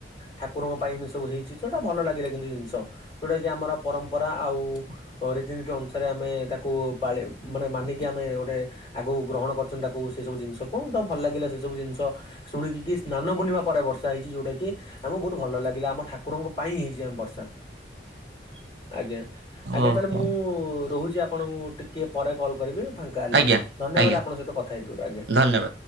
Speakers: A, on the left (about 25°); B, on the right (about 75°).
A: ଠାକୁରଙ୍କ ପାଇଁ ବି ସବୁ ହେଇଛି, ଜଉଟା ଭଲ ଲାଗିଲା କିନ୍ତୁ ଜିନିଷ ଯଉଟା କିି ଆମର ପରମ୍ପରା ଆଉ ରୀତିନୀତି ଅନୁସାରେ ଆମେ ତାକୁ ପାଳି ମାନେ ମାନିକି ଆମେ ଗୋଟେ ଆଗକୁ ଗ୍ରହଣ କରି ତାକୁ ସେସବୁ ଜିନିଷକୁ, ତ ଭଲ ଲାଗିଲା ସେସବୁ ଜିନିଷ ଶୁଣିକି କି ସ୍ନାନ ପୁର୍ଣିମା ପରେ ବର୍ଷା ହେଇଛି ଯଉଟା କି ଆମକୁ ବହୁତ ଭଲ ଲାଗିଲା, ଆମ ଠାକୁରଙ୍କ ପାଇଁ ହେଇଛି ଆମ ବର୍ଷା
B: <unintelligible>
A: ଆଜ୍ଞା,
B: ହଉ
A: ଆଜ୍ଞା ତାହାଲେ
B: ହଉ
A: ମୁଁ ରହୁଛି ଆପଣଙ୍କୁ ଟିକିଏ ପରେ କଲ୍ କରିବି। ଫାଙ୍କା ହେଲେ,
B: ଆଜ୍ଞା
A: ଧନ୍ୟବାଦ
B: ଆଜ୍ଞା
A: ଆପଣଙ୍କ ସହିତ କଥା ହେଇଥିବରୁ ଆଜ୍ଞା।
B: ଧନ୍ୟବାଦ।